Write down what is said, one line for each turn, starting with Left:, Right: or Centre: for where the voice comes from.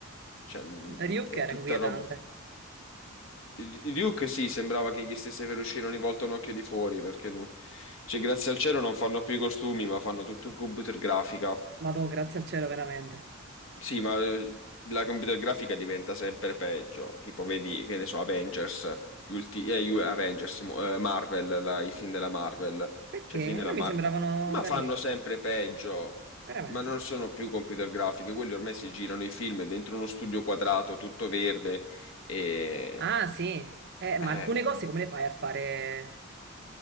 Left: Cioè, mm,
Right: Ryuk
Left: è
Right: era
Left: tutta
Right: inquietante.
Left: roba. Duke sì, sembrava che gli stesse per uscire ogni volta un occhio di fuori, perché non- cioè, grazie al cielo non fanno più i costumi, ma fanno tutto in computer grafica.
Right: Madò, grazie al cielo, veramente.
Left: Sì, ma eh, la computer grafica diventa sempre peggio. Tipo, vedi, che ne so, Avengers, gli ulti- eh, gli- Avengers, mo- eh, Marvel, la- i film della Marvel,
Right: Perché
Left: cioè i film della
Right: a me
Left: Marvel,
Right: mi sembravano
Left: ma
Right: carini,
Left: fanno sempre peggio.
Right: veramente.
Left: Ma non sono più computer grafiche, quelli ormai si girano i film dentro uno studio quadrato, tutto verde, e...
Right: Ah, sì. Eh, ma
Left: Eh,
Right: alcune cose come le fai a fare